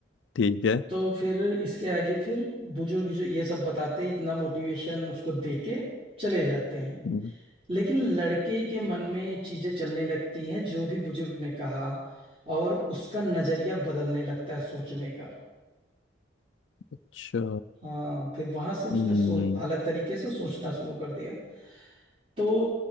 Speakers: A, on the left; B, on the right.
A: ठीक है
B: तो फिर इसके आगे फिर बुजुर्ग जो ये सब बताते हैं, इतना मोटिवेशन उसको दे के चले जाते हैं
A: हम्म,
B: लेकिन लड़के के मन में चीजें चलने लगती हैं जो भी बुजुर्ग ने कहा और उसका नजरिया बदलने लगता है सोचने का
A: अच्छा
B: हाँ फिर वहां से उसने
A: हम्म
B: सो अलग तरीके से सोचना शुरू कर दिया तो